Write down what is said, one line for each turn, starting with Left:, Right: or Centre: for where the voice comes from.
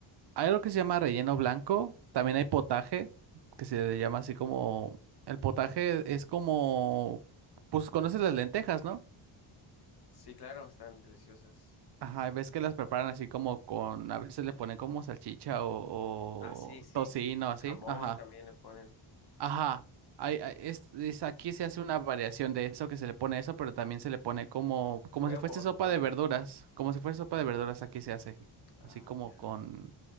Right: Hay algo que se llama relleno blanco. También hay potaje, que se le llama así como... El potaje es como... Pues conoces las lentejas, ¿no?
Left: Sí, claro, están deliciosas.
Right: Ajá, y ves que las preparan así como con... A veces le ponen como salchicha o,
Left: Ah, sí,
Right: o
Left: sí.
Right: tocino, así.
Left: Jamón
Right: Ajá.
Left: también le ponen.
Right: Ajá, hay- hay- es, es- aquí se hace una variación de eso, que se le pone eso, pero también se le pone como, como
Left: Huevo
Right: si fuese
Left: le
Right: sopa
Left: ponen.
Right: de verduras, como si fuese sopa de verduras aquí se hace,
Left: Ah,
Right: así como
Left: ya.
Right: con